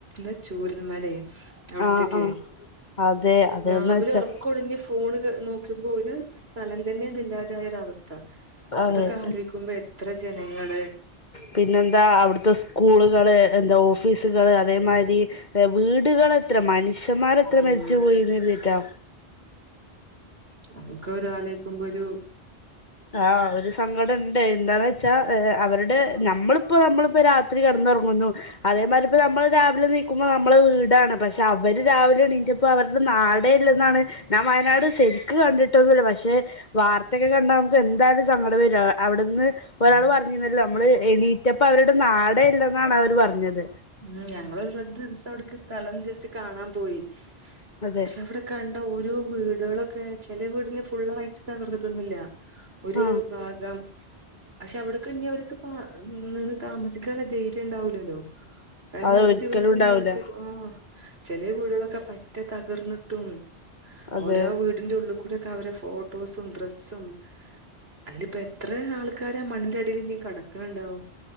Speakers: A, on the right; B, on the left.
A: ാ ചൂരുൽ മല അവിടത്തേക്കെ
B: ആഹ് ആഹ് അതെ അതന്ന്
A: രാവിലെ
B: വെച്ചാ
A: ഉറക്ക ഒണഞ്ഞ് ഫോണ് നോ ്പ ഒരു സ്ഥലം തന്നെയാണ്ാായര അവസ്ഥ അത്ത
B: അതെ
A: അതൊക്കെ അൽവിിക്ക്പ ഇത്ര ജനങ്ങള്ൾ
B: പിന്നെന്താ അവിടുത്തെ സ്കൂളുകള് എന്താ ഓഫീസുകള് അതേമാതിരി വീടുകൾ എത്ര മനുഷ്യ അച്ചന്മാർ എത്ര
A: ഉം
B: മരിച്ചു പോയിന്ന്രുന്നീറ്റാ
A: അമക്ക ഒരാലക്കുമ്പൊ ഒരു
B: ആഹ ഒരു സങ്കടം ഉണ്ട് എന്താന്ന് വെച്ചാ അവരുടെ
A: ഉം
B: നമ്മളിപ്പോ നമ്മളിപ്പോ രാ കടന്ന അതൊ അതേ മാരി പ്പൊ നമ്മള് രാവില നീ ക്കുമ്പോ നമ്മളെ വീടാണ് പക്ഷെ അവര് രാവിലെ ണീക്കുമ്പൊ അവരുടെ നാടേ ഇല്ലെന്നാണ് ഞാൻ വയനാട് ശരിക്ക് കണ്ടിട്ടൊന്നൂല്ല പ ക്ഷെ വാർത്തെക്കെ കണ്ടാ ഇതെന്തായാലും സങ്കടം വരാ അവിടന്ന് ഒരാള്
A: ഉം
B: പറഞ്ഞിന്നല്ലോ നമ്മള് എണീറ്റപ്പൊ അവരുടെ നാടേ ഇല്ലെന്നാണ് അവര് പറഞ്ഞത്
A: ഉം ഞങ്ങൊരു പ്ര ദിവസം അവിട സ്ഥലം ജസ്റ്റ് കാണാൻ പോയി
B: അതെ
A: പക്ഷെ അവിടെ കണ്ട ഓരോ വ് ളുകളൊക്കെ ചെല വീട്ന് ഫുള്ളായിട്ട് തകർന്ന്ട്ടൊന്നുല്ല ഒര്
B: ആഹ്
A: ഭാഗം പക്ഷെ അവിട്ക്ക്‌ ഇഞ് ഓര്ക്ക് പ നിന്ന് താമസിക്കാള്ള ധൈര്യം ഉണ്ടാവ്ലല്ലോ കാരണം
B: അത്
A: ഒരു
B: ഒരിക്കലും
A: ദിവസം
B: ഉണ്ടാവൂല
A: നിച്ചപ്പോ ആഹ് ചെലെ വീട്കളൊക്കെ പറ്റേ തകർന്ന്ട്ടും
B: അതെ
A: ഓരോ വീട്ന്റെ ഉള്ള് കൂടെ ക്കവരെ ഫോട്ടോസും ഡ്രസും അല്ല ഇപ്പ എത്ര ആൾക്കാരാ മണ്ണിന്റെ അടില് ഇനി കടക്ണ് ണ്ടാവും